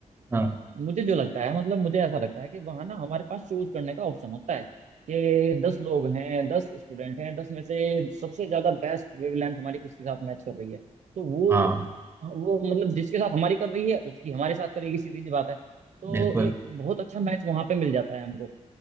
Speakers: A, on the right (about 15°); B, on the right (about 70°).
A: हाँ
B: मुझे जो लगता है मतलब मुझे ऐसा लगता है कि वहां ना हमारे पास चूज करने का ऑप्शन होता है कि दस लोग हैं दस स्टूडेंट हैं दस में से सबसे ज्यादा बेस्ट वेवलेंथ हमारी किसके साथ मैच कर रही है तो वो
A: हाँ
B: वो मतलब जिसके साथ हमारी कर रही है उसकी हमारे साथ करेगी सीधी सी बात है तो
A: बिल्कुल
B: एक बहुत अच्छा मैच वहां पे मिल जाता है हमको